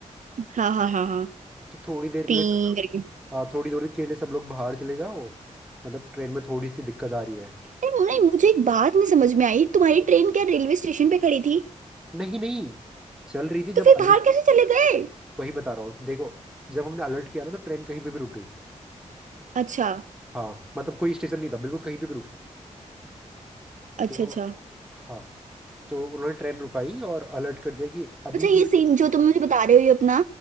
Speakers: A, on the right; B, in the centre.
A: हाँ हाँ हाँ हाँ
B: कि थोड़ी देर के
A: पी
B: लिए सब लोग
A: करके
B: हाँ थोड़ी देर के लिए सब लोग बाहर चले जाओ मतलब ट्रेन में थोड़ी सी दिक्कत आ रही है
A: नहीं नहीं, मुझे एक बात नहीं समझ में आई तुम्हारी ट्रेन क्या रेलवे स्टेशन पे खड़ी थी
B: नहीं नहीं चल रही थी
A: तो
B: जब
A: फिर
B: अलर्ट
A: बाहर कैसे चले गए
B: वही बता रहा हूँ देखो जब हमने अलर्ट किया ना तो ट्रेन कहीं पे भी रुक गई
A: अच्छा
B: हाँ मतलब कोई स्टेशन नहीं था बिल्कुल कहीं पे भी रुकी है
A: अच्छा
B: तो
A: अच्छा
B: हाँ तो उन्होंने ट्रेन रुकाई और अलर्ट कर दिया कि अभी
A: अच्छा ये
B: थोड़ी
A: सीन
B: देर
A: जो तुम मुझे बता रहे हो ये अपना